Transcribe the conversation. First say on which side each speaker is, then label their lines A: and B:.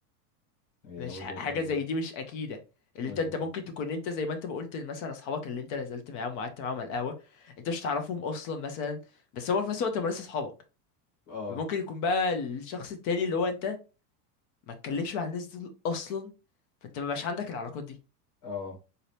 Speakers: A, on the left; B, on the left.
A: هي
B: مش
A: وجهة
B: ح- حاجه
A: نظر
B: زي دي مش اكيده اللي
A: وجهة
B: انت انت ممكن
A: نظر
B: تكون انت زي ما انت ما قلت مثلا اصحابك اللي انت نزلت معاهم وقعدت معاهم على القهوه انت مش تعرفهم اصلا مثلا بس هو في نفس الوقت هم لسه اصحابك
A: اه
B: فممكن يكون بقى الشخص التاني اللي هو انت ما تكلمش مع الناس دول اصلا فانت ما بقاش عندك العلاقات دي
A: اه